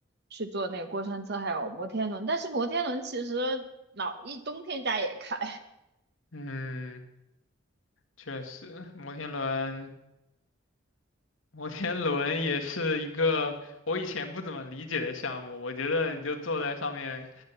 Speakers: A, on the right; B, on the left.
A: 去坐那个过山车，还有摩天轮。但是摩天轮其实老一冬天家也开。
B: 嗯，确实，摩天轮，摩天轮也是一个我以前不怎么理解的项目。我觉得你就坐在上面，